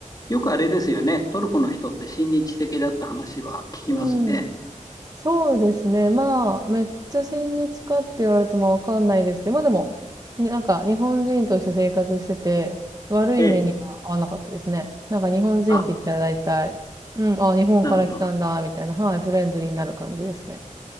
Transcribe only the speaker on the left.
よくあれですよね。トルコの人って親日的だった話は聞きますね。
ええ、
あ、
なるほど、